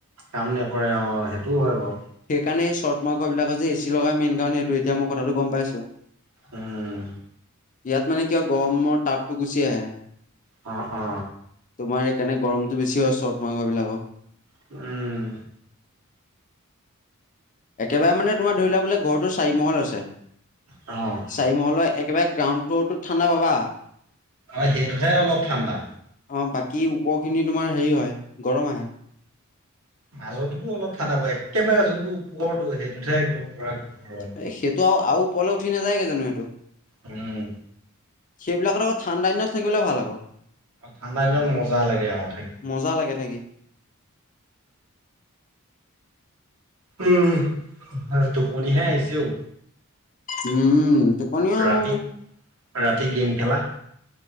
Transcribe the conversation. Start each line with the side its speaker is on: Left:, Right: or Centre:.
Right: কাম নকৰে অ', সেইটোও হয় বাৰু!
Left: সেইকাৰণে এই চট মৰা ঘৰবিলাকত যে এ-চি লগায়, মেইন কাৰণ সেইটোৱেই। এতিয়া মই কথাটো গম পাইছোঁ।
Right: উম
Left: ইয়াত মানে কিবা গৰমৰ টাপটো গুচি আহে।
Right: অ' হ'।
Left: তোমাৰ সেইকাৰণে গৰমটো বেছি হয়, চট মৰা ঘৰবিলাকত
Right: উম।
Left: একেবাৰে মানে তোমাৰ ধৰি লোৱা বোলে, ঘৰটো চাৰিমহল আছে।
Right: অ'।
Left: চাৰিমহলৰ একেবাৰে গ্ৰাউন্ড ফ্ল'ৰটোত ঠাণ্ডা পাবা।
Right: অ' সেইটোতহে অলপ ঠাণ্ডা।
Left: অ' বাকী ওপৰখিনি তোমাৰ হেৰি হয়, গৰম আহে।
Right: মাজতো অলপ ঠাণ্ডা পৰে, একেবাৰে যোনটো ওপৰটো, সেইটোতহে একদম ধৰা গৰম।
Left: এ সেইটো আৰু, আৰু ওপলে উঠি নাযায়গে জানো সেইটো?
Right: উম।
Left: সেইবিলাকত আক' ঠাণ্ডা দিনত থাকিবলে ভাল আক'।
Right: ঠাণ্ডা দিনত মজা লাগে আও থাকি।
Left: মজা লাগে থাকি।
Right: উম টোপনিহে আহিছে ঔ।
Left: উম টোপনি আৰু
Right: ৰাতি ৰাতি গেম খেলা?